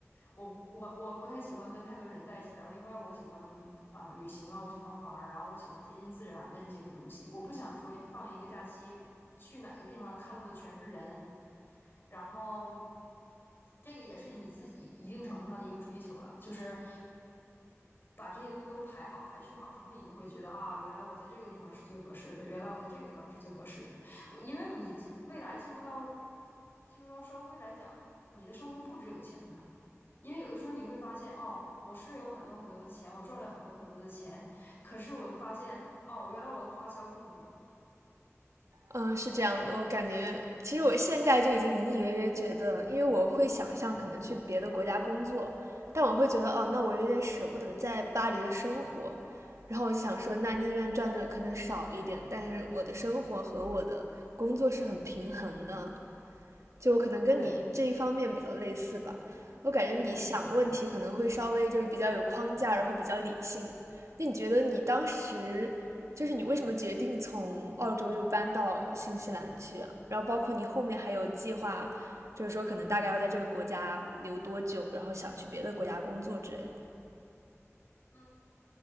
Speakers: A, on the left; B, on the right.
A: 我不我我不太喜欢跟太多人在一起。然后另外我喜欢啊、呃旅行啊，我喜欢玩儿，然后我喜欢贴近自然的这些东西。我不想说放一个假期去哪个地方看到的全是人，然后。这个也是你自己一定程度上的一个追求了，就是把这些东西都排好、排序好之后，你就会觉得啊，原来我在这个地方是最合适的，原来我在这个地方是最合适的。我因为你进未来进入到进入到社会来讲，你的生活不只有钱的，因为有的时候你会发现，哦，我是有很多很多的钱，我赚了很多很多的钱，可是我发现，哦，原来我的花销更多。
B: 嗯，是这样的，我感觉其实我现在就已经隐隐约约觉得，因为我会想象可能去别的国家工作，但我会觉得哦，那我有点舍不得在巴黎的生活，然后我就想说，那宁愿赚的可能少一点，但是我的生活和我的工作是很平衡的，就我可能跟你这一方面比较类似吧，
A: 对
B: 我感觉你想问题可能会稍微就是比较有框架，
A: 对，
B: 然后比较理性。那你觉得你当时就是你为什么决定从澳洲又搬到新西兰去啊？然后包括你后面还有计划，就是说可能大概要在这个国家留多久，然后想去别的国家工作之类的吗？
A: 嗯，